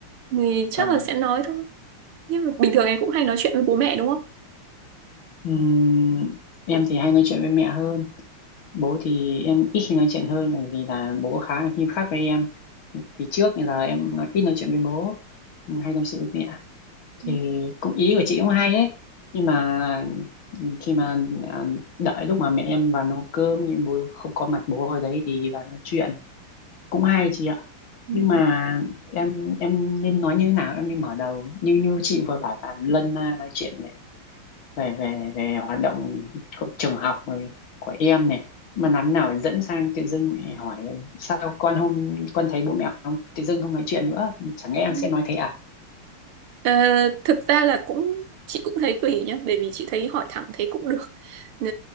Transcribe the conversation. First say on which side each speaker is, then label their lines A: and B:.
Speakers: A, on the right; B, on the left.
A: thì chắc
B: vâng
A: là sẽ nói thôi nhưng mà bình thường em cũng hay nói chuyện với bố mẹ đúng không
B: Ừm, em thì hay nói chuyện với mẹ hơn bố thì em ít khi nói chuyện hơn bởi vì là bố khá là nghiêm khắc với em thì trước thì là em nói ít nói chuyện với bố hay tâm sự với mẹ thì
A: Ừ,
B: cũng ý của chị cũng hay ấy nhưng mà khi mà à, đợi lúc mà mẹ em vào nấu cơm nhưng bố không có mặt bố ở đấy thì vào nói chuyện cũng hay chị ạ
A: ừ,
B: nhưng mà em em nên nói như thế nào em nên mở đầu như như chị vừa bảo là lân à, nói chuyện về về về hoạt động của trường học rồi của em này mà làm thế nào dẫn sang tự dưng lại hỏi sao con hôm con thấy bố mẹ không tự dưng không nói chuyện nữa chẳng lẽ em
A: ừ.
B: sẽ nói thế à
A: Ờ, thực ra là cũng chị cũng thấy tùy nhá bởi vì chị thấy hỏi thẳng thấy cũng được Ờ,